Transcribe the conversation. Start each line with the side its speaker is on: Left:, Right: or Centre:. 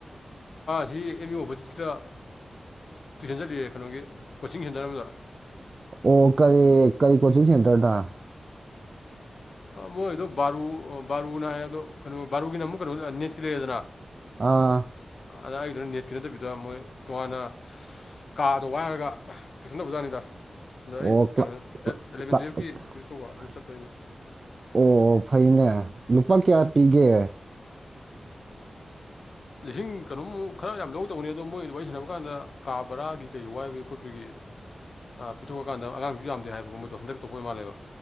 Left: ꯁꯤ ꯑꯦꯝ ꯌꯨ ꯑꯣꯄꯣꯖꯤꯠꯀꯤꯗ ꯇꯨꯏꯁꯟ ꯆꯠꯂꯤꯌꯦ ꯀꯩꯅꯣꯒꯤ ꯀꯣꯆꯤꯡ ꯁꯦꯟꯇꯔ ꯑꯃꯗ
Right: ꯑꯣ ꯀꯔꯤ ꯀꯔꯤ ꯀꯣꯆꯤꯡ ꯁꯦꯟꯇꯔꯅ
Left: ꯃꯣꯏꯗꯣ ꯕꯥꯔꯨ ꯕꯥꯔꯨꯅ ꯍꯥꯏ ꯑꯗꯣ ꯀꯩꯅꯣ ꯕꯥꯔꯨꯒꯤꯅ ꯑꯃꯨꯛ ꯀꯩꯅꯣ ꯅꯦꯠꯀꯤ ꯂꯩꯔꯦꯗꯅ
Right: ꯑꯥ
Left: ꯑꯗ ꯑꯩꯒꯤꯗꯨꯗ ꯅꯦꯠꯀꯤ ꯅꯠꯇꯕꯤꯗ ꯃꯣꯏ ꯇꯣꯉꯥꯟꯅ ꯀꯥꯗꯣ ꯋꯥꯏꯔꯒ ꯇꯨꯏꯁꯟ ꯇꯧꯕꯖꯥꯠꯅꯤꯗ ꯑꯗ
Right: ꯑꯣ
Left: ꯑꯩ
Right: <unintelligible>
Left: ꯀꯩꯅꯣ ꯑꯦꯂꯚꯦꯟ ꯇꯨꯌꯦꯜꯞꯀꯤ ꯇꯨꯏꯁꯟ ꯇꯧꯕ ꯑꯗꯨ ꯆꯠꯄꯒꯤ
Right: ꯑꯣ ꯐꯩꯅꯦ꯫ ꯂꯨꯄꯥ ꯀꯌꯥ ꯄꯤꯒꯦ꯫
Left: ꯂꯤꯁꯤꯡ ꯀꯩꯅꯣꯃꯨꯛ ꯈꯔ ꯌꯥꯝ ꯂꯧ ꯇꯧꯕꯅꯤ ꯑꯗꯣ ꯃꯣꯏ ꯑꯗꯨ ꯋꯥꯔꯤ ꯁꯥꯟꯅꯕ ꯀꯥꯟꯗ ꯀꯥ ꯕꯔꯥꯒꯤ ꯀꯩꯒꯤ ꯋꯥꯏꯕꯒꯤ ꯈꯣꯠꯄꯒꯤ ꯑ ꯄꯤꯊꯣꯛꯈꯀꯥꯟꯗ ꯑꯉꯥꯡꯖꯨ ꯌꯥꯝꯗꯦ ꯍꯥꯏꯌꯦꯕꯀꯣ ꯃꯣꯏꯗꯣ ꯍꯟꯗꯛꯇ ꯇꯧꯕ ꯑꯣꯏꯕ ꯃꯥꯜꯂꯦꯕ꯫